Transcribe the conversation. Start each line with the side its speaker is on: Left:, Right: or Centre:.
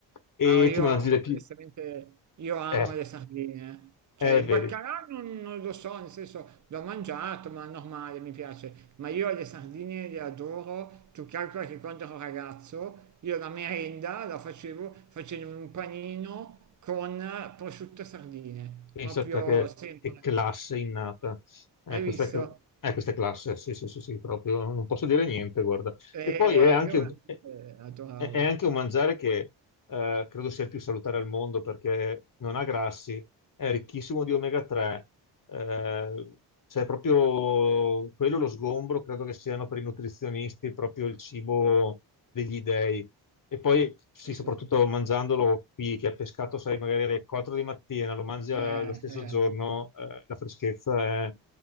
Left: e
Right: No, io
Left: ti mangi le più...
Right: onestamente io amo
Left: Eh,
Right: le sardine. Cioè,
Left: eh,
Right: il
Left: vedi.
Right: baccalà non, non lo so, nel senso l'ho mangiato, ma è normale, mi piace. Ma io le sardine le adoro. Tu calcola che quando ero ragazzo, io la merenda la facevo facendo un panino con prosciutto e sardine.
Left: Pensa
Right: Proprio
Left: a te che,
Right: sempre.
Left: che classe innata. Eh,
Right: Hai
Left: questa,
Right: visto?
Left: è cl- eh, questa è classe, sì, sì, sì, sì, proprio. Non posso dire niente, guarda. E
Right: E
Left: poi è anche
Right: io
Left: un,
Right: veramente
Left: è,
Right: adoravo.
Left: è- è anche un mangiare che eh, credo sia il più salutare al mondo perché non ha grassi, è ricchissimo di omega 3. Eh, cioè, proprio quello lo sgombro, credo che siano per i nutrizionisti proprio il cibo degli dèi. E poi, sì,
Right: Sì, sì.
Left: soprattutto mangiandolo qui, che è pescato, sai, magari alle 4 di mattina, lo mangi eh,
Right: Eh,
Left: lo stesso
Right: eh.
Left: giorno, eh, la freschezza è,